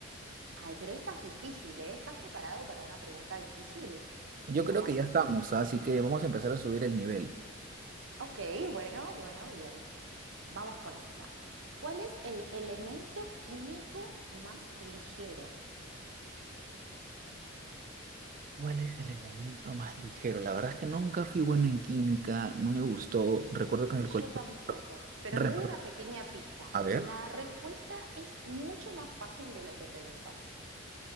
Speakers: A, on the right (about 70°); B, on the right (about 40°).
A: Ay, pero esta es difícil, ¿eh? ¿Estás preparado para una pregunta difícil?
B: Yo creo
A: O más
B: que ya
A: o
B: estamos,
A: menos.
B: ¿ah? así que vamos a empezar a subir el nivel.
A: Ok, bueno, bueno, bien. Vamos con esta. ¿Cuál es el elemento químico más ligero?
B: ¿Cuál es el elemento más ligero? La verdad es que nunca fui bueno en química, no me gustó. Recuerdo que en el colegio...
A: Yo tampoco, pero
B: repro-
A: te doy una pequeña pista.
B: A ver,
A: La respuesta es mucho más fácil de lo que pensás.